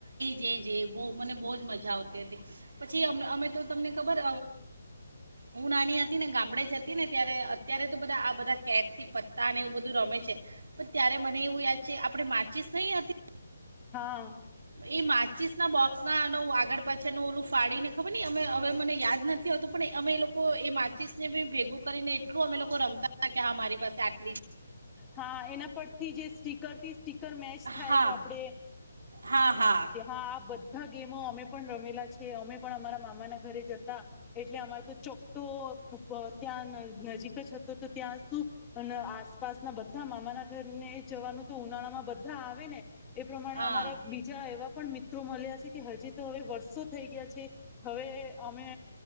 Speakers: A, on the right; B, on the left.
A: જે જે બો મને બોજ મજા આવતી હતી. પછી અમે અમે તો તમને ખબર હું નાની હતી ને ગામડે જ હતી ને ત્યારે અત્યારે તો બધા આ બધા કેટ થી પત્તા અને એવું બધું રમે છે પણ ત્યારે મને એવું યાદ છે આપણે માચીશ નય હતી.
B: હા.
A: એ માચીસના બોક્સનાનું આગળ પાછળનું ઓલું ફાડીને ખબર નહીં અમે હવે મને યાદ નથી હોતું પણ અમે એ લોકો એ માચીસને બી ભેગું કરીને એટલું અમે લોકો રમતા. હા કે મારી પાસે આટ
B: હા એના પરથી જે સ્ટીકરથી સ્ટીકર મેચ થાય
A: હા
B: તો આપણે
A: હા હા
B: અ <unintelligible> બધાં ગેમો અમે પણ રમેલા છે. કે અમે પણ અમારા મામાના ઘરે જતા એટલે અમારે તો ચોક્ટો ત્યાં નજીક જ હતો તો ત્યાં શું આ આસપાસના બધા મામાના ઘર ને એ જવાનું તો ઉનાળામાં બધા આવે ને એ પ્રમાણે
A: હા
B: અમારા બીજા એવા પણ મિત્રો મલી કે હજી તો હવે વર્ષો થઈ હવે અમે